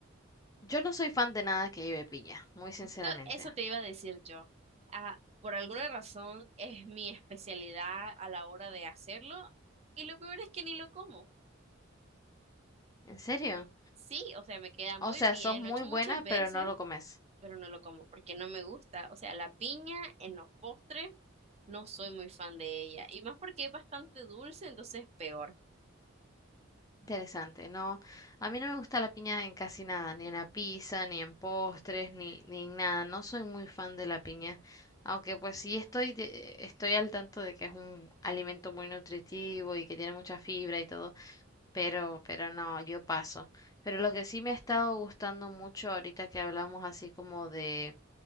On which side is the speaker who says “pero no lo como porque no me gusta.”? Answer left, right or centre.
Right